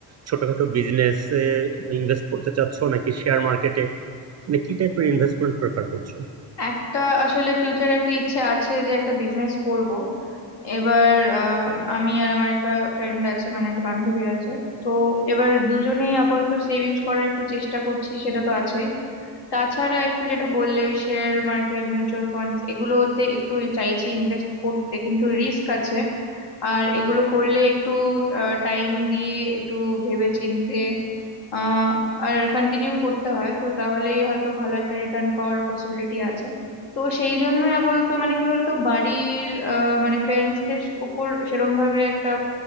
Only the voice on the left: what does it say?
একটা আসলে ফিউচারে একটা ইচ্ছে আছে যে একটা বিজনেস করব এবার আহ, আমি আর আমার একটা ফ্রেন্ড আছে মানে একটা বান্ধবী আছে তো এবার দুজনেই আপাতত সেভিংস করার একটু চেষ্টা করছি সেটা তো আছেই তাছাড়া একটু যেটা বললে ওই শেয়ার মার্কেট মিউচুয়াল ফান্ডস এগুলোতে একটু চাইছি ইনভেস্ট করতে কিন্তু রিস্ক আছে আর এগুলো করলে একটু টাইম দিয়ে একটু ভেবে চিন্তে আহ আর কন্টিনিউ করতে হয় তো তাহলেই হয়তো ভালো একটা রিটার্ন পাওয়ার পসিবিলিটি আছে তো সেই জন্যই আপাতত মানে কি বলতো বাড়ির আহ, মানে প্যারেন্টসদের উপর সেরম ভাবে একটা